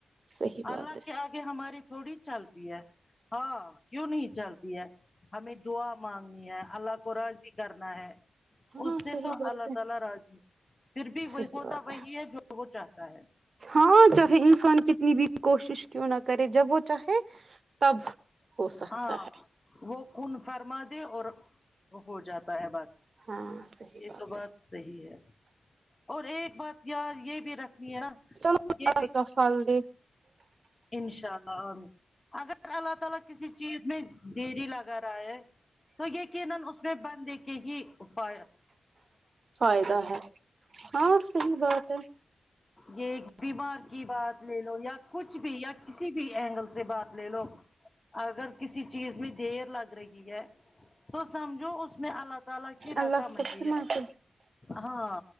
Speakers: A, on the right; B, on the left.
A: صحیح بات
B: اللہ
A: ہے
B: کے اگے ہماری تھوڑی چلتی ہے ہاں کیوں نہیں چلتی ہے ہمیں دعا مانگنی ہے اللہ کو راضی کرنا ہے
A: ہاں
B: اس سے
A: صحیح
B: تو
A: بات
B: اللہ
A: ہے
B: تعالی راضی ہے پھر بھی
A: صحیح
B: ہوتا
A: بات
B: وہی ہے جو وہ چاہتا ہے
A: ہاں چاہے انسان کتنی بھی کوشش کیوں نہ کرے جب وہ چاہے تب ہو سکتا
B: ہاں
A: ہے
B: وہ کن فرما دے اور ہو جاتا ہے بس
A: ہاں صحیح
B: یہ
A: بات
B: تو
A: ہے
B: صحیح ہے اور ایک بات یار یہ بھی رکھنی ہے نا
A: چلو
B: یہ
A: <unintelligible>
B: بھی
A: ال کا فال د
B: انشاء اللہ امین اگر اللہ تعالی کسی چیز میں دیری لگا رہا ہے تو یقینن اس اسنے بندے کے ہی وو پیا
A: فائدہ ہے ہاں صحیح بات ہے
B: یہ بیمار کی بات لے لو یا کچھ بھی یا کسی بھی اینگل سے بات لے لو اگر کسی چیز میں دیر لگ رہی ہے تو سمجھو اس میں اللہ تعالی کی رضامندی
A: اللہ تسمات
B: ہے ہاں